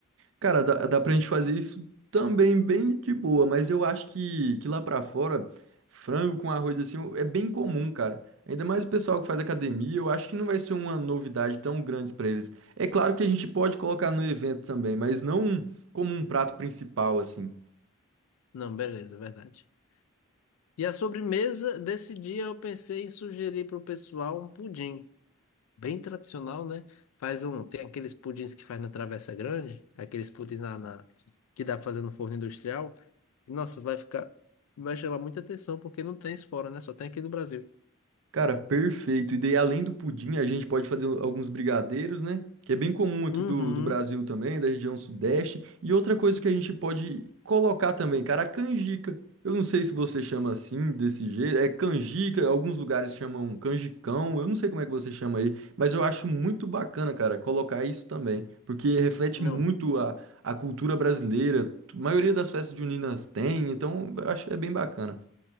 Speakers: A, on the right; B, on the left.
A: Cara, dá, dá pra gente fazer isso também bem de boa, mas eu acho que, que lá pra fora, frango com arroz assim é bem comum, cara. Ainda mais o pessoal que faz academia, eu acho que não vai ser uma novidade tão grande pra eles. É claro que a gente pode colocar no evento também, mas não como um prato principal, assim.
B: Não, beleza, é verdade. E a sobremesa desse dia eu pensei em sugerir pro pessoal um pudim. bem tradicional, né? Faz um, tem aqueles pudins que faz na Travessa Grande, aqueles pudins na, na- que dá pra fazer no forno industrial. E, nossa, vai ficar, vai chamar muita atenção porque não tem isso fora, né? Só tem aqui no Brasil.
A: Cara, perfeito. E daí, além do pudim, a gente pode fazer alguns brigadeiros, né? Que é bem comum aqui
B: Uhum.
A: do, do Brasil também, da região sudeste. E outra coisa que a gente pode colocar também, cara, a canjica. Eu não sei se você chama assim, desse jeito. É canjica, alguns lugares chamam canjicão. Eu não sei como é que você chama aí, mas eu acho muito bacana, cara, colocar isso também. Porque reflete
B: Não,
A: muito a, a cultura brasileira. A maioria das festas juninas tem, então eu acho que é bem bacana.